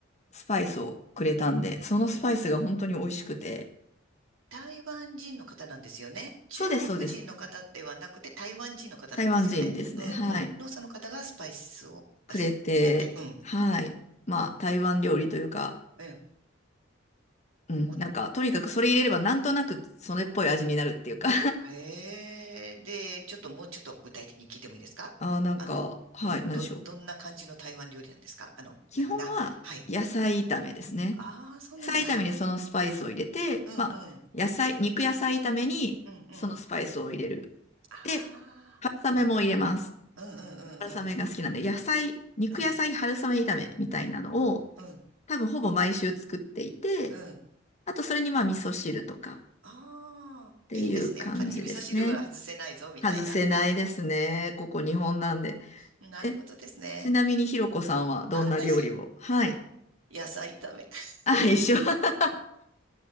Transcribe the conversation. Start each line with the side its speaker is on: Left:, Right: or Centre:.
Left: スパイスをくれたんで、そのスパイスが本当に美味しくて、
Right: うん台湾人の方なんですよね。中国人の方ではなくて台湾人の方なんですよね。
Left: そうです、そうです。台湾人ですね。
Right: うんうん。
Left: はい。
Right: のその方がスパイスをあすくれて、
Left: くれて、
Right: うん、
Left: はい。まあ、台湾料理というか、
Right: うん。
Left: うん、
Right: お
Left: なんか、とにかくそれ入れればなんとなくそれっぽい味になるっていうか
Right: へえ、で、ちょっともうちょっと具体的に聞いてもいいですかあの、
Left: <laughs> あー、なんか、はい、
Right: うん、
Left: なんでしょう。
Right: どん、どんな感じの台湾料理なんですかあの、
Left: 基本は野菜炒めですね。
Right: なんかな、はい。ああ、そうなんだ。
Left: 野菜炒めにそのスパイスを入れて、
Right: うんうん、
Left: まあ、野菜、肉野菜炒めにそのスパイスを入れる。
Right: うんうん。あ
Left: で、春雨も入れます。
Right: あ、うんうんうんうん、
Left: 春雨が好きなんで、野菜、肉野菜春雨炒めみたいなのを、
Right: うんうん
Left: 多分ほぼ毎週作っていて、
Right: うん。
Left: あとそれにまあ味噌汁とかっ
Right: ああ、
Left: ていう感じですね。
Right: いいですね。やっぱり味噌汁は外せないぞ、みたいな。
Left: 外せないですね。ここ日本なんで。
Right: なるほどですね。
Left: え、ちなみにひろこさんはどんな料理をはい。
Right: あ、私、野菜炒め。<laughs>
Left: あ、一緒。<laughs>